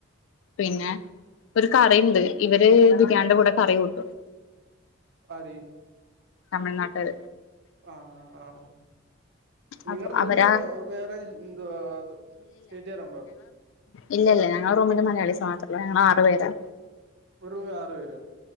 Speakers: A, on the left; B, on the right.
A: പിന്നെ ഒരു കറി ഇണ്ട് ഇവര് ബിരിയാണിന്റെ കൂടെ കറി കൂട്ടു
B: ആര്
A: തമിഴ്നാട്ടാര്
B: ആഹ് ആഹ് ആഹ്
A: അപ്പൊ
B: നിങ്ങടെ റൂമി
A: അവരാ
B: ത വേറെ ന്താ സ്റ്റേറ്റ്കാരുണ്ടോ?
A: ഇല്ല ഇല്ല ഞങ്ങളെ റൂമില് മലയാളീസ് മാത്രാെള്ളു ഞങ്ങളാറ് പേരാ
B: ഒര് റൂമി ആറ് പേരോ